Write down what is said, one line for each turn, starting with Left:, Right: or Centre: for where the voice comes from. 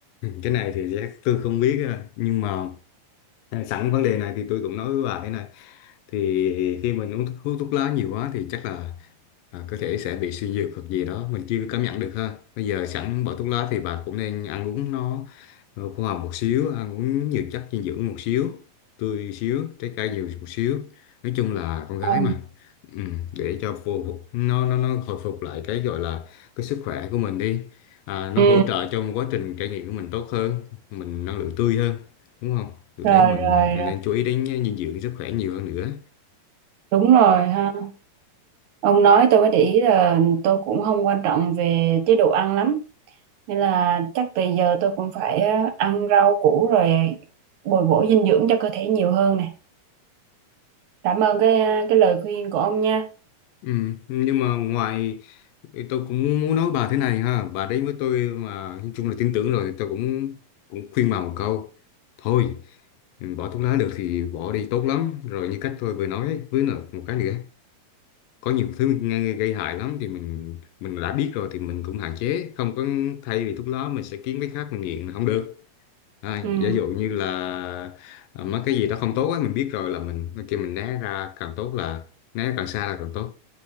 Left: cái này thì chắc tôi không biết ờ, nhưng mà À, sẵn vấn đề này thì tôi cũng nói với bà thế này thì khi mình uống thuốc, hút thuốc lá nhiều quá thì chắc là à, có thể sẽ bị suy nhược hoặc gì đó mình chưa cảm nhận được ha bây giờ sẵn bỏ thuốc lá thì bà cũng nên ăn uống nó ờ, khoa học một xíu ăn uống nhiều chất dinh dưỡng một xíu tươi xíu trái cây nhiều một xíu nói chung là con gái
Right: Ờ,
Left: mà ừ, để cho phù nó nó nó hồi phục lại cái gọi là cái sức khỏe của mình đi à, nó
Right: Ừ,
Left: hỗ trợ trong quá trình trải nghiệm của mình tốt hơn mình năng lượng tươi hơn đúng không tôi
Right: rồi,
Left: thấy mình
Right: rồi rồi
Left: nên chú ý đến dinh dưỡng sức khỏe nhiều hơn nữa
Right: đúng rồi ha ông nói tôi mới để ý là tôi cũng không quan trọng về chế độ ăn lắm Nên là chắc từ giờ tôi cũng phải ờ, ăn rau củ rồi bồi bổ dinh dưỡng cho cơ thể nhiều hơn này. Cảm ơn cái ờ, cái lời khuyên của ông nha.
Left: Ừ, nhưng mà ngoài tôi cũng muốn nói bà thế này ha bà đấy với tôi mà nói chung là tin tưởng rồi tôi cũng cũng khuyên bà một câu thôi bỏ thuốc lá được thì bỏ đi tốt lắm rồi như cách tôi vừa nói ấy, với là một cái nữa có nhiều thứ nghe gây hại lắm thì mình mình đã biết rồi thì mình cũng hạn chế không có thay vì thuốc lá mình sẽ kiếm cái khác mình nghiện là không được à,
Right: Ừ.
Left: giả dụ như là à, mấy cái gì đó không tốt ấy, mình biết rồi là mình kia mình né ra càng tốt là né càng xa là càng tốt